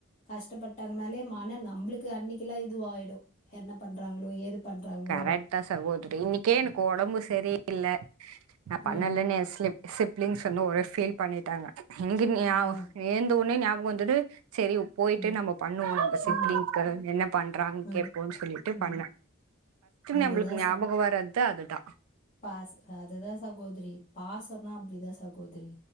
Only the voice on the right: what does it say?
கரெட் தான் சகோதிரி இன்னைக்கே எனக்கு ஒடம்பு சரி இல்ல நா பண்ணலனே
சிலிப் சிப் ப்லிங்ஸ் சொன்ன ஒனே ஃபீல் பண்ணிட்டாங்க <unintelligible>
ஏந்தவுனே ஞாபகம் வந் <unintelligible> சேரி பொய்ட்டு
நம்ப பண்ணுவோ நம்ப சிப்லிங்க்கு
என்ன பண்றாங்க
கேப்போன்னு சொல்லிட்டு
பண்ண
நம்ளுக்கு ஞாபகம்
வராது த்தா அதுதா